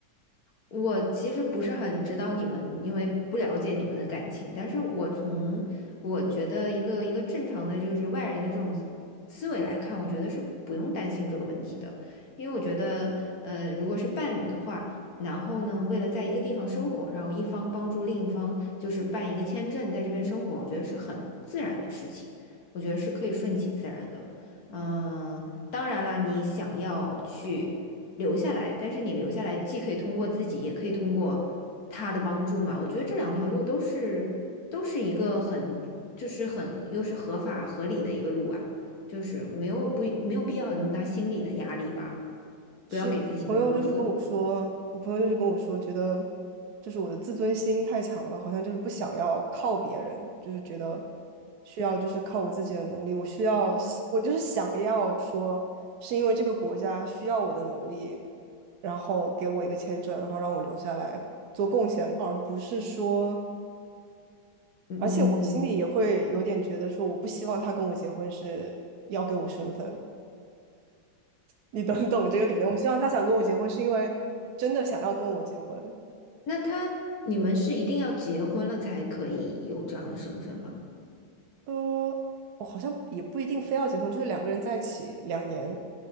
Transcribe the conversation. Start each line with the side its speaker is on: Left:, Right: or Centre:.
Left: 我其实不是很知道你们，因为不了解你们的感情，但是我从我觉得一个一个正常的就是外人的这种思思维来看，我觉得是不用担心这个问题的，因为我觉得，呃，如果是伴侣的话，然后呢，为了在一个地方生活，然后一方帮助另一方就是办一个签证，在这边生活，我觉得是很自然的事情，我觉得是可以顺其自然的，嗯、当然啦，你想要去。留下来，但是你留下来既可以通过自己，也可以通过他的帮助嘛。我觉得这两条路都是都是一个很就是很又是合法合理的一个路啊，就是没有不没有必要有那么大心理的压力吧，
Right: 是朋友就是跟我说，
Left: 不要给自己那么多负担。
Right: 我朋友就是跟我说，觉得就是我的自尊心太强了，好像就是不想要靠别人，就是觉得需要就是靠我自己的能力，我需要想，我就是想要说，是因为这个国家需要我的能力，然后给我一个签证，然后让我留下来做贡献，而不是说，
Left: 嗯嗯，
Right: 而且我心里也会有点觉得说，我不希望他跟我结婚是要给我身份。你懂懂这个感觉。我希望他想跟我结婚，是因为真的想要跟我结婚。
Left: 那那他你们是一定要结婚了才可以有这样的身份吗？
Right: 嗯，我好像也不一定非要结婚，就是两个人在一起两年，